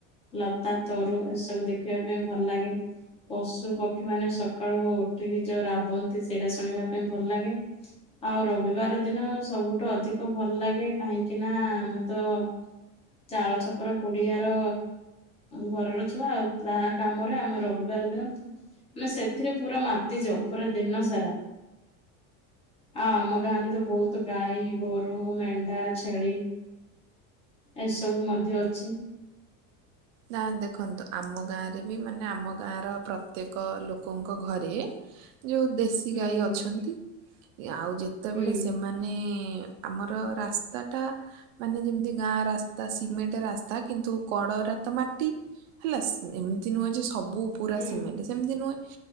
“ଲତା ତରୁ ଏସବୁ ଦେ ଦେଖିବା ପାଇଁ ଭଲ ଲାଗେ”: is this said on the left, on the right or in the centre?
Left